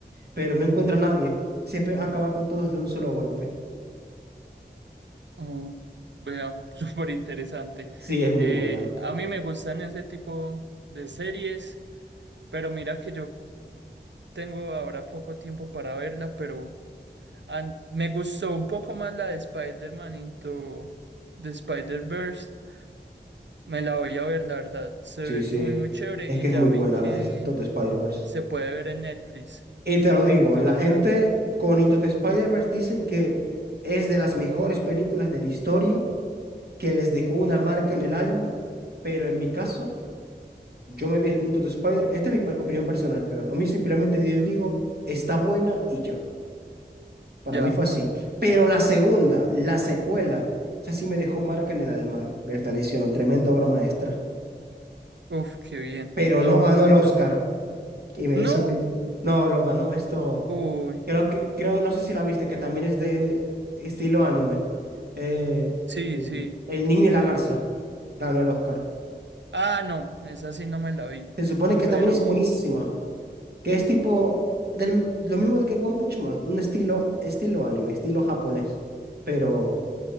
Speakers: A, on the right; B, on the right.
A: pero no encuentra a nadie. Siempre acaba con todos de un solo golpe.
B: oh, vea, <laughs> súper interesante.
A: Sí, es muy
B: Eh,
A: buena.
B: a mí me gustan ese tipo de series, pero mira que yo tengo ahora poco tiempo para verla, pero an- me gustó un poco más la de Spider-Man Into the Spider-Verse. Me la voy a ver, la verdad. Se
A: Sí,
B: ve
A: sí.
B: muy, muy chévere
A: Es
B: y
A: que
B: ya
A: es muy
B: vi
A: buena
B: que
A: la de Into the Spider-Verse.
B: se puede ver en Netflix.
A: Y te lo digo,
B: Entonces
A: la gente
B: la,
A: con Into the Spider-Verse dicen que es de las mejores películas de la historia, que les dejó una marca en el alma, pero en mi caso. Yo me vi Into the Spider, esta es mi per- opinión personal, pero a mí simplemente yo digo, está buena y ya. Para
B: ya,
A: mí fue así. Pero la segunda, la secuela, esa sí me dejó marca en el alma. Bertalición, tremenda obra maestra.
B: uf, qué bien.
A: Pero
B: No,
A: no ganó
B: esa,
A: el Oscar. Y me
B: no,
A: hizo... ven- No, lo ganó esto.
B: uy,
A: Creo que, creo, no sé si la viste, que también es de estilo anime. Eh,
B: sí,
A: el,
B: sí.
A: el niño y la garza ganó el Oscar.
B: Ah, no, esa sí no me la vi,
A: Se supone que
B: pero,
A: también es buenísima. que es tipo del- lo mismo de que One Punch Man, un estilo, estilo anime, estilo japonés. Pero